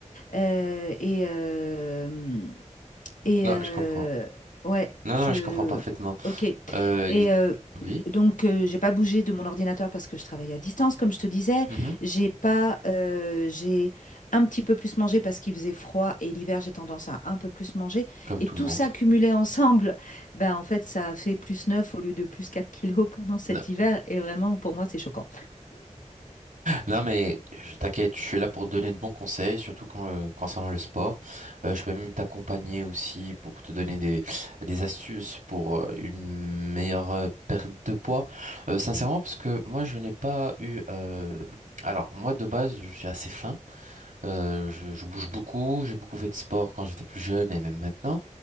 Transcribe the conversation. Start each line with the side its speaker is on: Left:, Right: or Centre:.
Left: Euh, et, euh, et
Right: Non,
Left: euh,
Right: je comprends.
Left: ouais,
Right: Non,
Left: je.
Right: non, mais je comprends parfaitement.
Left: Ok. Et
Right: Euh,
Left: euh,
Right: l'id- Oui,
Left: donc, euh, j'ai pas bougé de mon ordinateur parce que je travaille à distance, comme je te disais.
Right: mhm,
Left: J'ai pas. euh, j'ai un petit peu plus mangé parce qu'il faisait froid et l'hiver, j'ai tendance à un peu plus manger.
Right: Comme
Left: Et
Right: tout
Left: tout
Right: le monde.
Left: ça cumulé ensemble, <laughs> ben en fait, ça a fait plus 9 au lieu de plus 4 kilos pendant cet
Right: Non,
Left: hiver. Et vraiment, pour moi, c'est choquant.
Right: non, mais je t'inquiète, je suis là pour te donner de bons conseils, surtout quand, euh, concernant le sport. Euh, je peux même t'accompagner aussi pour te donner des, des astuces pour euh, une meilleure euh, perte de poids. Euh, sincèrement, parce que moi, je n'ai pas eu... euh, Alors, moi, de base, je suis assez fin. Euh, je, je bouge beaucoup, j'ai beaucoup fait de sport quand j'étais plus jeune et même maintenant.